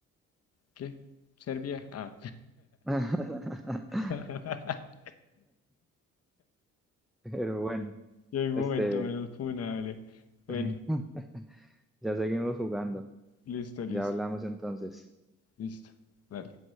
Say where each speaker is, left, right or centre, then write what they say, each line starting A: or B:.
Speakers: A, on the left; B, in the centre.
A: ¿Qué? ¿Serbia? Ah.
B: <laughs>
A: <laughs>
B: Pero bueno,
A: Yo hay un
B: este,
A: momento menos funable. Bueno,
B: <laughs> ya seguimos jugando.
A: listo, listo,
B: Ya hablamos entonces.
A: listo. Dale.